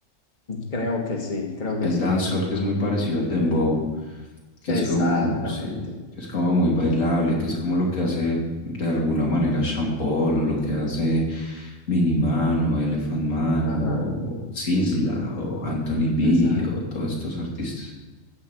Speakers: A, on the left (about 35°); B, on the left (about 85°).
A: Creo que sí, creo
B: El
A: que sí.
B: dancehall que es muy parecido al dembow, que
A: Exactamente.
B: es como, sí, que es como muy bailable, que es como lo que hace de alguna manera Sean Paul, o lo que hace Miniman o Elephant Man
A: Ajá,
B: o Sisla o Anthony B
A: exacto.
B: o todos estos artistas.